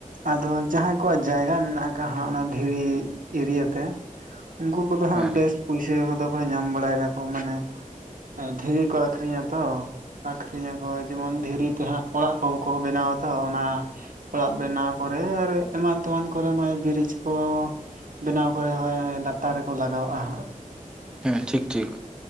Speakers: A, on the right; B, in the centre.
A: ᱟᱫᱚ ᱡᱟᱦᱟᱸᱭ ᱠᱚᱣᱟᱜ ᱡᱟᱭᱜᱟ ᱢᱮᱱᱟᱜ ᱟᱠᱟᱜ-ᱟ ᱦᱟᱸᱜ ᱚᱱᱟ ᱫᱷᱤᱨᱤ ᱮᱨᱤᱭᱟᱹ ᱛᱮ ᱩᱱᱠᱩᱼᱼ ᱩᱱᱠᱩ ᱫᱚ ᱦᱟᱸᱜ
B: ᱦᱮᱸ
A: ᱵᱮᱥᱼᱼ ᱯᱩᱭᱥᱟᱹ ᱠᱚᱫᱚ ᱠᱚ ᱧᱟᱢ ᱵᱟᱲᱟᱭ ᱫᱟᱠᱚ ᱢᱟᱱᱮ ᱮᱸ ᱫᱷᱤᱨᱤ ᱠᱚ ᱟᱠᱷᱨᱤᱧᱟ ᱛᱚ, ᱟᱠᱷᱨᱤᱼᱼ ᱦᱤᱨᱤᱧ ᱟᱠᱚ ᱡᱮᱢᱚᱱ ᱫᱷᱤᱨᱤ ᱛᱮᱦᱟᱸᱜ ᱚᱲᱟᱜ ᱠᱚ ᱠᱚ ᱵᱮᱱᱟᱣᱟ ᱛᱚ ᱚᱱᱟᱼᱼ ᱚᱲᱟᱜ ᱵᱮᱱᱟᱣ ᱠᱚᱨᱮ ᱟᱨ ᱮᱢᱟᱱ ᱛᱮᱢᱟᱱ ᱠᱚᱨᱮ ᱱᱚᱜ-ᱚᱭ ᱵᱨᱤᱡᱽ ᱠᱚᱼᱼ ᱵᱮᱱᱟᱣ ᱠᱚᱨᱮ ᱦᱚᱸᱭ ᱞᱟᱛᱟᱨ ᱨᱮᱠᱚ ᱞᱟᱜᱟᱣᱟᱜ-ᱟ ᱦᱟᱸᱜ᱾
B: ᱦᱮ ᱴᱷᱤᱠ ᱴᱷᱤᱠ᱾